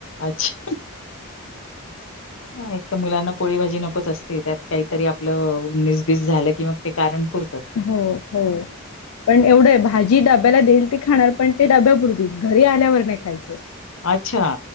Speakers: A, on the left; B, on the left.
A: अच्छा हं एक तरं मुलांना पोळी भाजी नकोच असते त्यांत कांहींतरी आपलं झालं की मंग ते कारणंपूर
B: हो हो पणं एवढं आहे भाजी जी डब्यांला देईल ती खाणांर पणं ते डब्यां पुरतील घरी आल्यावर नाहीं खायचं
A: अच्छा